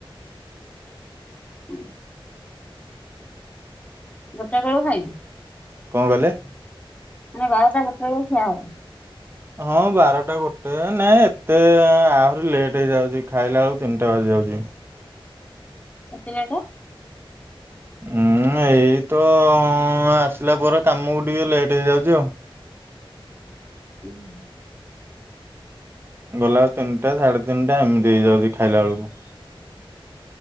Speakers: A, on the left; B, on the right.
A: ହୁଁ। ଗୋଟାଇ ବେଳକୁ ଖାଇବି।
B: କଣ କଇଲେ?
A: ମାନେ ବାରଟା ଗୋଟେ ବେଳକୁ ଖିଆ ହବ।
B: ହଁ ବାରଟା ଗୋଟେ ନାଇଁ ଏତେ ଆହୁରି ଲେଟ୍ ହେଇଯାଉଛି ଖାଇଲା ବେଳକୁ ତିନିଟା ବାଜି ଯାଉଛି।
A: ଏତେ ଲେଟ?
B: ଉୁଁ ଏଇ ତ ଆସିଲା ପରେ କାମକୁ ଟିକେ ଲେଟ୍ ହେଇଯାଉଛି ଆଉ।
A: ଉଁ ହୁଁ।
B: ଗଲାବେଳୁ ତିନିଟା ସାଢେ ତିନିଟା ଏମିତି ହେଇଯାଉଛି ଖାଇଲା ବେଳକୁ।